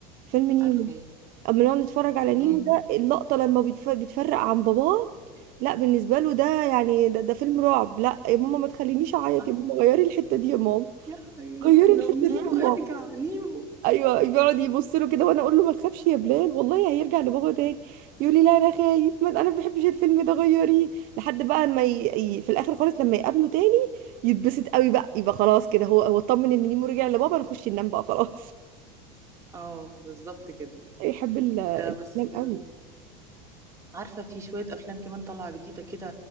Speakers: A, on the right; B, on the right.
A: فيلم نيمو
B: عارفه ايه
A: اما نقعد نتفرج على نيمو
B: امم
A: ده اللقطه لما بيتف- بيتفرق عن باباه لا بالنسبه له ده يعني ده, ده فيلم رعب لا يا ماما ما تخلينيش اعيط
B: اه
A: يا ماما غيري الحته دي يا ماما
B: يا حياتي
A: غيري
B: لو
A: الحته
B: نيمو
A: دي يا
B: ارجع
A: ماما
B: نيمو
A: ايوه بيقعد يبص له كده وانا اقول له ما تخافش يا بلال والله هيرجع لبابا تاني يقول لي لا انا خايف ما انا ما بحبش الفيلم ده غيريه لحد بقى ما ي... ي- في الاخر خالص لما يقابله تاني يتبسط قوي بقى يبقى خلاص كده هو هو اطمن ان نيمو رجع لبابا نخش ننام بقى خلاص
B: اه بالظبط كده
A: <laughs> يحب الافلام
B: ده بس آم،
A: قوي
B: عارفة في شوية أفلام كمان طالعة جديدة كده